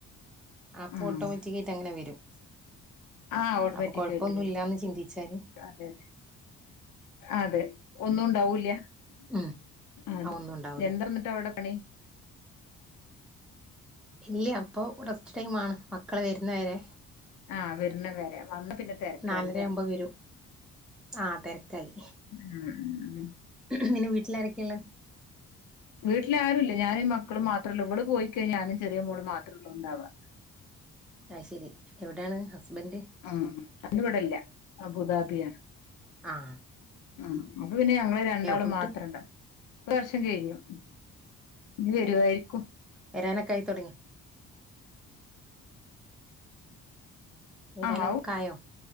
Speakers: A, in the centre; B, on the left.
A: അപ്പൊ
B: ഉം
A: ഓട്ടോമാറ്റിക് ആയിട്ട് അങ്ങനെ വരും
B: ആഹ് ഓട്ടോമാറ്റിക്
A: അപ്പൊ കൊഴപ്പൊന്നുംല്ലാന്ന്
B: ആയിട്ട് വരും
A: ചിന്തിച്ചാല്-
B: അതെ അതെ അതെ ഒന്നും ഉണ്ടാവൂല്ല
A: ഉം
B: അതെ
A: ആഹ് ഒന്നും ഉണ്ടാവൂല
B: എന്താ വന്നിട്ടാ അവിടെ പണി
A: ഇല്ലിയ അപ്പൊ ഒസ് <unintelligible> ടൈമാണ് മക്കള് വരുന്നവരെ
B: ആഹ് വരുന്ന വരെ വന്ന പിന്നെ തിരക്കായില്ലേ
A: നാലര ആകുമ്പോ വരും ആഹ തിരക്കായി
B: ഉം ഉം ഉം.
A: നിന്നെ വീട്ടിലരൊക്കെയള്ള
B: വീട്ടില ആരുും ഇ ഞാനും മക്കും മാത്രമ ഉള്ളു ഇവിള് പോയിക്കഴിഞ്ഞഞാനും ചെറിയ മോള് മാത്രമ ഉള്ള ഉണ്ടവാ
A: ആയ് ശരി എവിടെയാണ് ഹസ്ബൻഡ്
B: ഉ അവര് വിടല്ല അബുദാബിയാണ്
A: ആഹ
B: ഉ അപ്പ പിന്നെ ഞങ്ങള് രണ്ടാളും
A: പോയിട്ട്
B: മാത്രംണ്ട ഒരുവർഷം കഴിഞ്ഞു ഇനി വരുവായിരിക്കും
A: വരാനക്കായി തുടങ്ങിയോ വരാനക്കായോ
B: ആഹ് ആവും